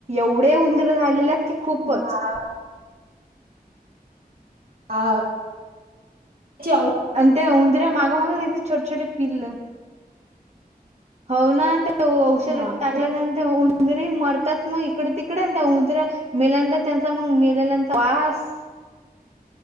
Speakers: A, on the right; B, on the right.
A: एवढे उंदीर झालेले की खूपच
B: बाप आ चेव
A: ते उंदरा माग माग त्यांची छोटे छोटे पिल हावना ते औषध
B: बापरे
A: टाकल्याच्या वून उंद्रे मरतात मग इकडे तिकडे उंदऱ्या मेल्या त्यांच्या मग मेल्याचा वास.